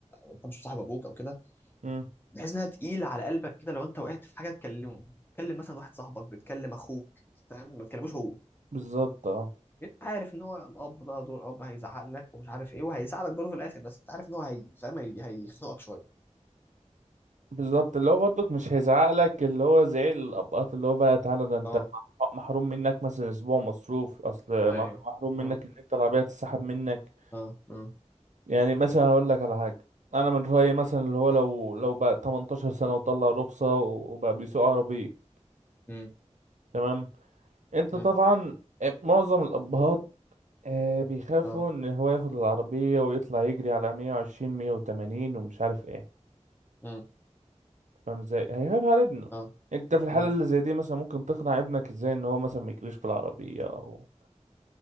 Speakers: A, on the left; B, on the right.
A: انت مش صاحب ابوك او كده
B: امم
A: بتحس انها تقيله على قلبك كده لو انت وقعت في حاجه تكلمه تكلم مثلا واحد صاحبك بتكلم اخوك فاهم ما تكلموش هو
B: بالظبط اه
A: انت عارف ان هو الاب بقى دور الاب هيزعق لك ومش عارف ايه وهيساعدك برضه في الاخر بس انت عارف ان هو هي فاهم هي- هيخنقك شويه
B: بالظبط اللي هو برضك مش هيزعق لك اللي هو زعيق الابقاط اللي هو بقى تعالى ده انت
A: اه
B: محروم منك مثلا اسبوع مصروف اصل
A: ايوه
B: م- محروم
A: مم.
B: منك ان انت العربيه تتسحب منك
A: اه مم.
B: يعني مثلا هقول لك على حاجه انا من رايي مثلا اللي هو لو لو بقى 18 سنه وطلع رخصه وبقى بيسوق عربيه
A: مم.
B: تمام انت
A: مم.
B: طبعا آه، معظم الابهات آه بيخافوا
A: اه
B: ان هو ياخد العربية ويطلع يجري على 120 180 ومش عارف ايه
A: مم.
B: فاهم ازاي هيخاف على ابنه
A: اه
B: انت في الحالة
A: مم.
B: اللي زي دي مثلا ممكن تقنع ابنك ازاي ان هو مثلا ما يجريش في العربية او